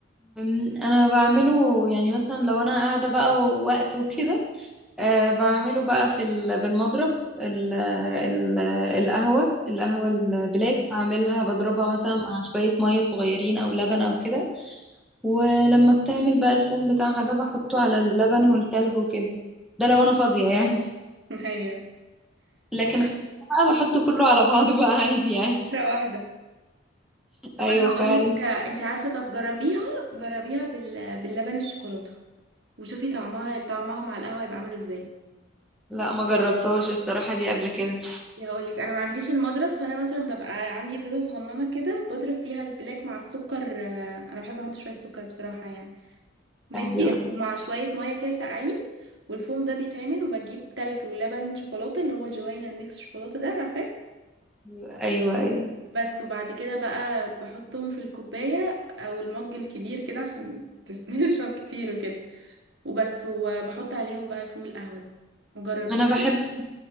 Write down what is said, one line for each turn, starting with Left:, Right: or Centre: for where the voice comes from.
Centre: أم، أنا بعمله يعني مثلا لو أنا قاعدة بقى ووقت وكده أه بعمله بقى في ال- بالمضرب ال ال القهوة القهوة البلاك بعملها بضربها مثلا مع شوية مية صغيرين أو لبن أو كده ولما بتعمل بقى الفوم بتاعها ده بحطه على اللبن والتلج وكده ده لو أنا فاضية يعني
Right: <laughs> ايوه
Centre: <laughs> لكن غير كده بقى بحطه كله على بعضه <laughs> بقى عادي يعني
Right: مره واحده
Centre: <laughs>
Right: طب
Centre: أيوة
Right: انا هقول
Centre: فعلا
Right: لك انت عارفه طب جربيها جربيها بال... باللبن الشوكولاته وشوفي طعمها طعمها مع القهوه يبقى عامل ازاي
Centre: لا ما جربتهاش الصراحة دي قبل كده
Right: يعني هقول لك انا ما عنديش المضرب فانا مثلا ببقى عندي ازازه صغننه كده بضرب فيها البلاك مع السكر آه، انا بحب احط شويه سكر بصراحه يعني ماشي
Centre: أيوة
Right: ومع شويه ميه كده ساقعين والفوم ده بيتعمل وبجيب تلج ولبن شوكولاته اللي هو جهينة الميكس شوكولاته ده عارفاه
Centre: أيوة أيوة أيوة.
Right: بس وبعد كده بقى بحطهم في الكوبايه او المج الكبير كده عشان تس- <laughs> تشرب كتير وكده وبس وبحط عليهم بقى الفوم القهوه ده وجربيها
Centre: انا بحب